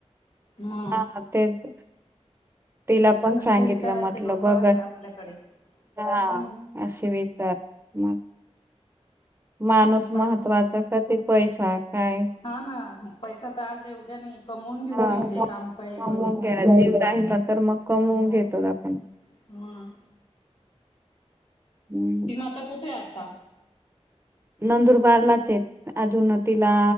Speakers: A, on the left; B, on the right.
A: मग
B: हा तेच तिला पण
A: असे
B: सांगितलं
A: विचाराचे
B: म्हटलं
A: लोक
B: बघ
A: आहेत आपल्याकडे
B: हा
A: हम्म
B: अशी विचार मग माणूस
A: हम्म बाकी
B: महत्वाचा कध पैसा काय
A: हा ना पैसा तर आज आहे उद्या नाही कमवून घेऊ
B: हा.
A: पैसे काम काही
B: कमवून
A: करून
B: घ्या जीव राहि ना तर मग कमवून
A: मग
B: घेतो आपण
A: ह
B: हम्
A: आता कुठे? आता
B: नंदुरबारलाच आहेत अजून तिला